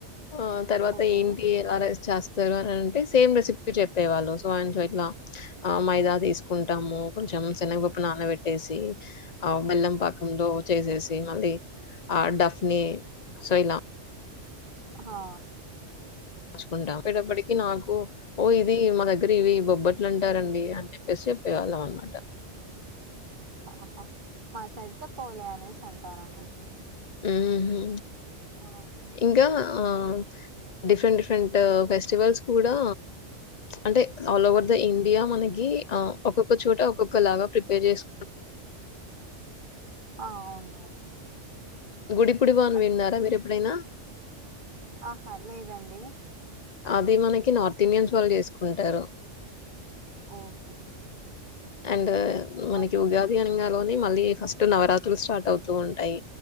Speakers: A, on the left; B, on the right.
A: ఆ తర్వాత
B: ఓకే
A: ఏంటి ఎలా రైస్ చేస్తారు అని అంటే సేమ్ రెసిపీ చెప్పేవాళ్ళు సో అండ్ సో ఇట్లా ఆ మైదా తీసుకుంటాము కొంచెం శనగప్పు నానబె ట్టేసి ఆ బెల్లం పాకంలో చేసేసి మళ్ళీ ఆ డఫ్ ని సో ఇలా
B: హా
A: మచుకుంటాం అపడప్పటికి నాకు ఓ ఇది మా దగ్ ఇవి బొబ్బట్లు అంటారండి అని చెప్పేసి చెప్పేవాళ్ళం అనమాట
B: ఆహా మా సెడ్త్ పోలే అనేసి అంటారండి
A: మ్ హు
B: ఆ
A: ఇంగ ఆ డిఫరెంట్ డిఫరెంట్ ఫెస్టివల్స్ కూడా అంటే ఆల్ ఓవర్ ద ఇండియా మనకి ఆ ఒక్కొక్క చోట ఒక్కొక్క లాగా ప్రిపేర్ చేసు
B: అవును
A: గుడిపుడివాన్
B: అ
A: విన్నారా మీరు ఎప్పుడైనా
B: ఆహా లేదండి
A: అది మనకి నార్త్ ఇండియన్స్ వాళ్ళు చేసుకుంటారు
B: ఓకే
A: అండ్ మనకి
B: అవును
A: ఉగాది అనగ లో మళ్ళీ ఫస్ట్ నవరాత్రులు స్టార్ట్ అవుతూ ఉంటాయి